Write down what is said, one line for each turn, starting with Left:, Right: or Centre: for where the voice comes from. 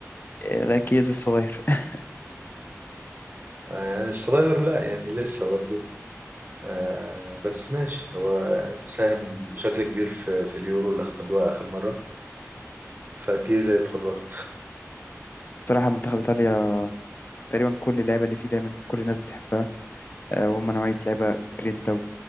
Left: آه، لا كييزا الصغير <laughs>
Right: آه يعني الصغير لا يعني لسه برضه آه بس ماشي هو ساهم بشكل كبير في, في اليورو اللي خدوها اخر مره فكيزا يدخل برضه
Left: بصراحة منتخب إيطاليا تقريبا كل اللعيبة اللي فيه دايما كل الناس بتحبها آه وهم نوعية لعيبة جرينتا و-